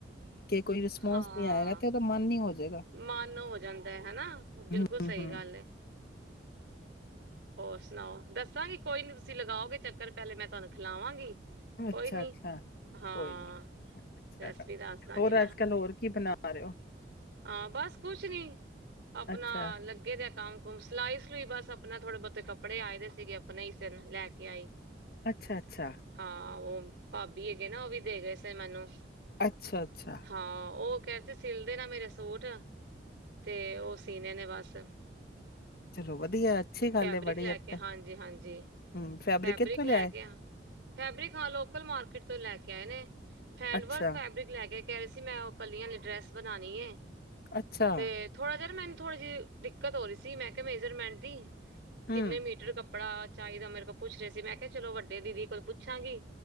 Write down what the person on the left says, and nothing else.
ਕੋਈ ਰਿਸਪੋਂਸ
ਨਹੀਂ ਆਏਗਾ ਕਿ ਉਹਦਾ ਮਨ ਨਹੀਂ ਜਾਏਗਾ
ਹਮ
ਹਮ
ਅੱਛਾ
ਅੱਛਾ
ਕੋਈ ਨੀ ਅੱਛਾ
ਹੋਰ ਅੱਜਕੱਲ ਹੋਰ ਕੀ ਬਣਾ ਰਹੇ ਹੋ।
ਅੱਛਾ
ਅੱਛਾ ਅੱਛਾ,
ਅੱਛਾ ਅੱਛਾ
ਚਲੋ ਵਧੀਆ ਹੈ, ਅੱਛੀ ਗੱਲ
ਹੈ ਬੜੀ
ਅੱਛਾ
ਹਮ
ਕਿੱਥੋਂ
ਲਿਆਏ
ਅੱਛਾ
ਅੱਛਾ
ਹਮ